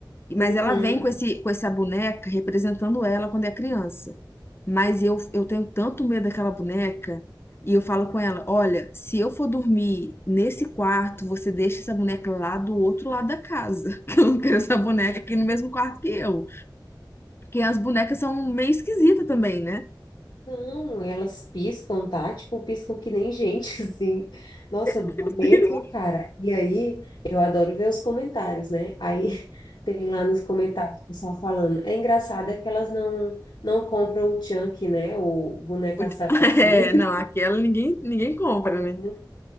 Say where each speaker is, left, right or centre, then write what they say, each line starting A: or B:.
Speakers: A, on the left; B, on the left.
A: E- Mas
B: uhum.
A: ela vem com esse, com essa boneca representando ela quando é criança. Mas eu, eu tenho tanto medo daquela boneca. E eu falo com ela: olha, se eu for dormir nesse quarto, você deixa essa boneca lá do outro lado da casa. <laughs> Que eu não quero essa boneca aqui no mesmo quarto que eu. Porque as bonecas são meio esquisitas também, né?
B: Não, e elas piscam, tá? Tipo, piscam que nem gente, <laughs> assim. Nossa, dá
A: <laughs>
B: um medo, cara. E aí, eu adoro ver os comentários, né? Aí <laughs> tem lá nos comentários o pessoal falando. É engraçado é que elas não não compram o Chunk, né? O boneco
A: O
B: assassino.
A: ti- <laughs> É, não, aquela ninguém, ninguém compra,
B: <laughs> Todo
A: né?
B: mundo-